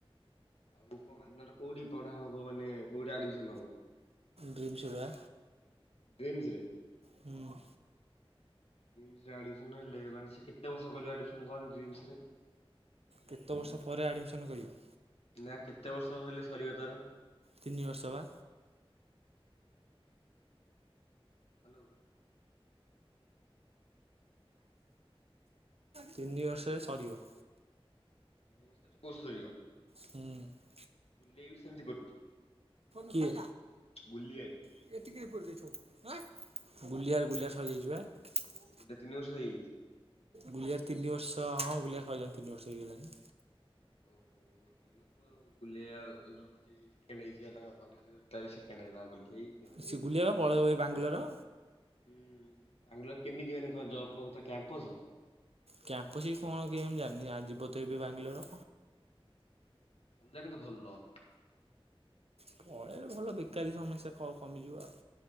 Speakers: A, on the left; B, on the right.
A: ଆଉ କଣ ମାନ୍ୟ କୋଉଠି ପଢା ହବ ମାନେ କୋଉଠି ଆଡମିସନ ହବ।
B: ଡ୍ରିମ୍ସ ରେ ବା।
A: ଡ୍ରିମ୍ସରେ।
B: ହୁଁ
A: ଡ୍ରିମ୍ସରେ ଆଡମିଶନ୍ ହେଲେ ମାନେ ସେ କେତେ ବର୍ଷ କରିବ ଆଡମିଶନ୍ କଣ ଡ୍ରିମ୍ସରେ।
B: କେତେ ବର୍ଷ ପରେ ଆଡ଼ମିସନ୍ କରିବ।
A: ନା କେତେ ବର୍ଷ ହେଲେ ସରିବ ତାର।
B: ତିନି ବର୍ଷ ବା।
A: ହ୍ୟାଲୋ।
B: ତିନି ବର୍ଷରେ ସରିବ।
A: ତିନି ବର୍ଷ ରେ କୋର୍ସ୍ ସରିବ
B: ହୁଁ
A: ଗୁଲିଆ ବି ସେମିତି କରୁଛି।
B: କିଏ?
A: ଗୁଲି ଆଇ
B: ଗୁଲିଆର ଗୁଲିଆ ସରିଯାଇଛି ବା।
A: ଏଇଟା ତିନି ବର୍ଷ ହେଇଯାଇଛି।
B: ଗୁଲିଆ ତିନ ବର୍ଷ ହଁ ଗୁଲିଆ ସଇଲାଣି ତିନ ବର୍ଷ ହେଇଗଲାଣି।
A: ଓହୋ ସେ ଗୁଲିଆ ରଖିଚି ସେକେଣ୍ଡ ହେଇଛି ବା ତାଙ୍କ କଲେଜରେ ତାହାଲେ ସେକେଣ୍ଡ ହେଲା ଗୁଲେଇ ହୁଁ
B: ସେ ଗୁଲିଆ ବା ପଳେଇବ ଏ ବାଙ୍ଗାଲୋର।
A: ହୁଁ ବାଙ୍ଗାଲୋର କେମିତି ମାନେ କଣ ଜବ ଫବ ତା କ୍ୟାମ୍ପସ।
B: କ୍ୟାମ୍ପସ କି କଣ କେଜାଣି ମୁଁ ଜାଣିନି ଆ ଯିବ ତ ଏବେ ବାଙ୍ଗାଲୋର
A: ଗଲେ କିନ୍ତୁ ଭଲ।
B: ପଳେଇଲେ ଭଲ ବେକାରୀ ସମସ୍ୟା କ କମିଯିବ ଆଉ।